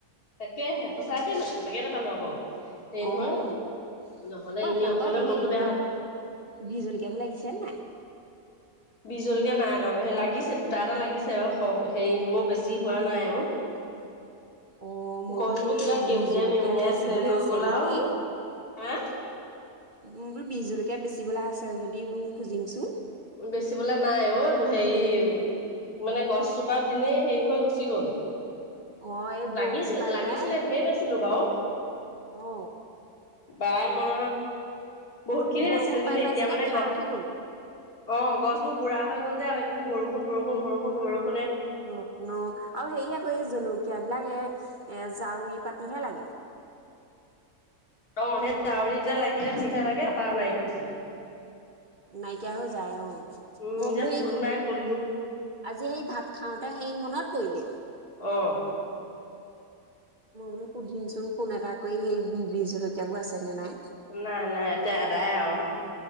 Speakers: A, on the left; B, on the right.
A: তাকে সঁচাকে সঁচাকে নেপালো আকৌ হেৰি নহয়
B: অ অ
A: নহ'লে
B: আপোনালোকৰ
A: এনেই অকলে
B: হে
A: মনটো বেয়া লাগে।
B: বিজ জলকীয়াবো লাগিছেনে নাই উ
A: বি জলকীয়া নাই লাগিছে দুটা এটা লাগিছে আৰু হেৰি মৰ বেছি হোৱা নাই আৰু
B: অ মই
A: গছবোৰ
B: বোলো সেই
A: কিবা কেউনিয়
B: বিহ জলকীয়া
A: মেউনিয়াই
B: বেচিবলৈ
A: হৈ
B: আছে
A: গ'ল
B: নেকি
A: আৰু হা
B: বোলো বি জলকীয়া বেচিবলে আছে যদি মোক খুজিম চোন
A: বেচিবলে নাই অ হেৰি মানে গছজোপা নেই হেৰি হৈ গুচি গ'ল
B: অ এই বৰষুণ
A: লাগিছিল
B: পাই
A: লাগিছিলে
B: পাই
A: ঢেৰ বাইছিলো বাও
B: অ
A: বাইমা বহুত খিনিত
B: বৰষুণ
A: আছিলো
B: পাই
A: কিন্তু
B: পাই
A: এতিয়া
B: চাগে
A: মানে
B: খাৰ
A: গহ
B: উঠি গ'ল
A: অ গছ বোৰ বুঢ়া হৈ গ'ল যে আৰু এইকেইদিন বৰষুণ বৰষুণ বৰষুণ বৰষুণ
B: অ শুন আৰু হেৰিয়া আকৌ জলুক কিয় বিলাক এ এ জাউৰী পাতিহে লাগে
A: অ সেই জউৰি এতিয়া লাগিলে ঠিকা লাগেপাৰ নাই সছে
B: নাইকিয়া হৈ যায় অ
A: উম
B: মই
A: এতিয়া
B: বোলো সেই
A: ফুলো নাই কলিও
B: আজি সেই ভাত খাওতে সেই মনত কইলে
A: আহ
B: মই বোলো সুধিম চোন ফোন এটা কৰি সেই বজ জলকীয়াবোৰ আছেনে নাই
A: নাই নাই এতিয়া আদায় আৰু